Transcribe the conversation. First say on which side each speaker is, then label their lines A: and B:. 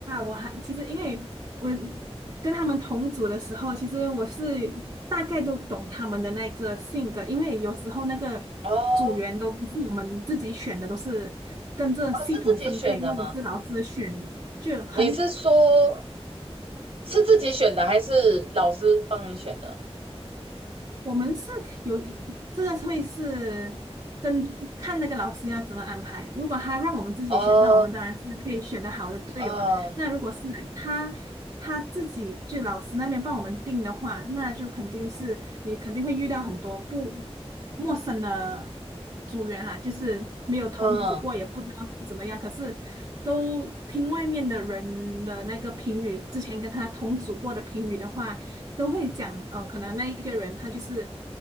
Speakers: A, on the right; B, on the right.
A: 我还其实因为我跟他们同组的时候，其实我是大概都懂他们的那个性格，因为有时候那个组员都不是我们自己选的，
B: 哦，
A: 都是跟着系统分配或者是老师选的。
B: 哦，是自己选的吗？
A: 就很
B: 你是说，是自己选的，还是老师帮你选的？
A: 我们是可有一这个会是跟看那个老师要怎么安排。如果他让我们自己选，
B: 哦，
A: 那我们当然是可以选的好的队友啊。
B: 嗯
A: 那如果是他他自己就老师那边帮我们定的话，那就肯定是你肯定会遇到很多不陌生的组员啦，就是没有同组过，
B: 嗯，
A: 也不知道他怎么样。可是都听外面的人的那个评语，之前跟他同组过的评语的话。都会讲，哦，可能那一个人他就是